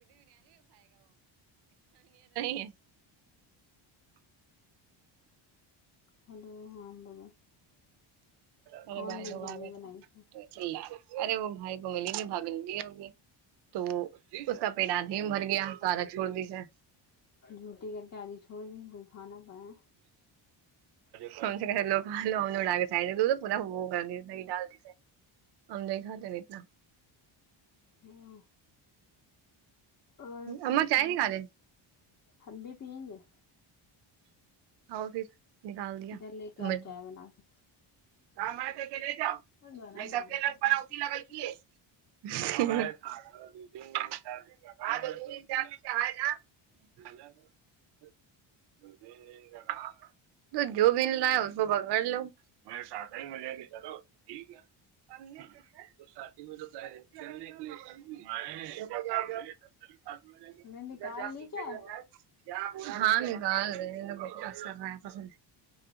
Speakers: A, on the right (about 55°); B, on the left (about 35°).
A: <inaudible> <unintelligible>
B: ہلو ہاں بولو
A: ہ
B: کون
A: م بھائی
B: بریانی
A: ل آیا
B: بنائی
A: تھا
B: تھی
A: تو چ ارے وہ بھائی کوئلے میں بھاگل نہیں ہوگی تو اس کا پیڑ آدھیم بھر گیا سدا چھوڑ دی اچھا
B: جھوٹی کر کے آدھی چھوڑ د کھانا پایا
A: س سے کہلو <unintelligible> لووں ا ڈال کے سائ تو پورا وہ کر دی د ڈال دیسے آم دئی خات ریتنا
B: ہاں اور تو
A: اماں چائے
B: کیا
A: نکالے
B: ہم بھی تین
A: آؤ پھر نکال دیا
B: ادھر لے کے
A: تو
B: اور چائے بنا کے
A: <unintelligible>
B: گرم
A: تو جو بین لائے اس کو پکڑ لو <unintelligible>
B: نے نکال لی چائے